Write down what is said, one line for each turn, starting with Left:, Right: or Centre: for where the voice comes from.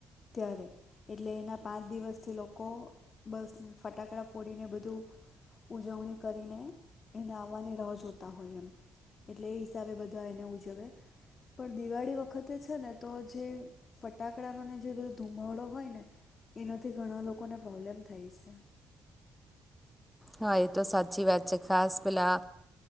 Left: ત્યારે એટલે એના પાંચ દિવસથી લોકો બસ ફટ ફટાકડા ફોડીને બધું ઉજવણી કરીને એને આવવાની રાહ જોતા હોય એમ એટલે એ હિસાબે બધા એને ઉજવે પણ દિવાળી વખતે છે ને તો જે ફટાકડાનો ને જેધ ધુમાવડો હોય ને એનાથી ઘણા લોકોને પ્રોબ્લેમ થાય છે.
Centre: હા એ તો સાચી વાત છે. ખાસ પેલા